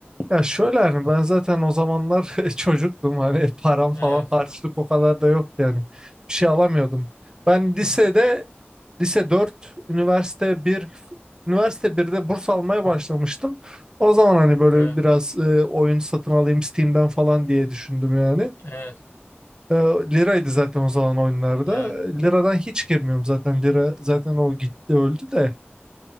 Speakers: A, on the right (about 20°); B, on the left (about 80°).
A: ya şöyle hani ben zaten o zamanlar <laughs> çocuktum hani param falan
B: Evet.
A: harçlık o kadar da yoktu yani bir şey alamıyordum. Ben lisede
B: Hı hı.
A: lise dört üniversite bir üniversite birde burs almaya
B: Hı
A: başlamıştım.
B: hı.
A: O zaman hani böyle
B: Evet.
A: biraz e, oyun satın alayım Steam'den falan diye düşündüm yani.
B: Evet.
A: E, liraydı zaten o zaman oyunlarda.
B: Evet.
A: Liradan hiç girmiyorum zaten. Lira zaten o gitti öldü de.